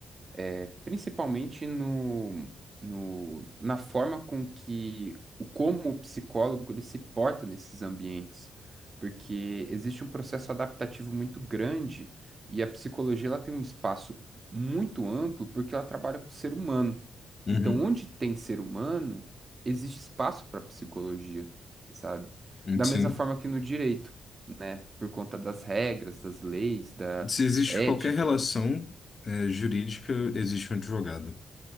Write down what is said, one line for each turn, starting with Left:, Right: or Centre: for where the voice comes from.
Right: é, principalmente no, no, na forma com que o como o psicólogo ele se porta nesses ambientes, porque existe um processo adaptativo muito grande e a psicologia ela tem um espaço muito amplo porque ela trabalha com o ser humano.
Left: uhum.
Right: Então, onde tem ser humano, existe espaço para psicologia, sabe? Da
Left: Sim.
Right: mesma forma que no direito, né? Por conta das regras, das leis, da
Left: Se existe
Right: ética.
Left: qualquer relação, eh, jurídica, existe um advogado.